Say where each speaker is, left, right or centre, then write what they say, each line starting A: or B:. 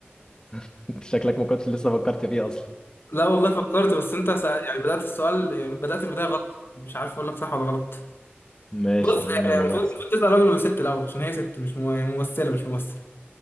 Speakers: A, on the left (about 20°); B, on the left (about 60°).
A: <laughs> انت شكلك ما كنتش لسه فكرت فيه اصلا
B: لا والله فكرت بس انت سأل... يعني بدأت السؤال يعني بدأت البداية غلط مش عارف اقول لك صح ولا غلط
A: ماشي
B: بص
A: قلنا
B: آه،
A: ممثل
B: المفروض المفروض تسأل راجل ولا ست الاول عشان هي ست مش مو- ممثلة مش ممثل